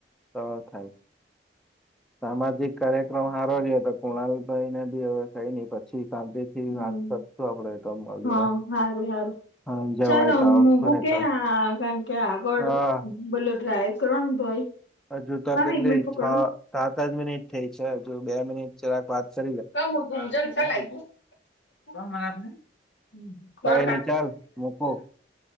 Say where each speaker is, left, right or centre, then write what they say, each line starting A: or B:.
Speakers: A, in the centre; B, on the left.
A: તો થાય. સામાજિક કાર્યક્રમ હારો ગ્યો હતો કુણાલ ભાઈ ને બી હવે કઈ ન પછી. શાંતિ થી
B: હમ
A: વાત કરશું આપડે તો મળીને
B: હા સાર સારું.
A: હા જવાય
B: ચાલો
A: તો
B: હું
A: આવશું
B: મોઘું
A: ને
B: કે
A: તો
B: કારણ કે આગળડું
A: હા
B: બોલું ડ્રાઈવ કરવાનું ભાઈ.
A: હજુ તો
B: મામી
A: કેટલી
B: એક મિનિટ પકડો
A: છ
B: ને
A: સાતજ મિનિટ થઈ છે હજુ બે મિનિટ ચરાક વાતશે
B: <unintelligible> <unintelligible>
A: કઈ
B: આ
A: નઈ ચાલ મૂકું